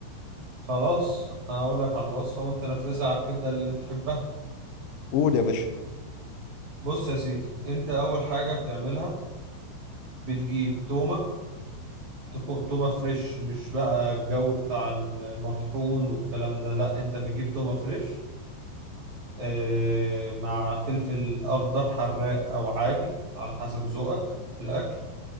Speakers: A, on the right (about 45°); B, on the left (about 75°).
A: خلاص انا هقول لك على الوصفه وانت نفذها على الكبده اللي بتحبها
B: قول يا باشا
A: بص يا سيدي انت اول حاجه بتعملها بتجيب تومه تكو- تومه فريش مش بقى الجو بتاع المطحون والكلام ده لا انت بتجيب تومه فريش آه، مع فلفل اخضر حراق او عادي على حسب ذوقك في الاكل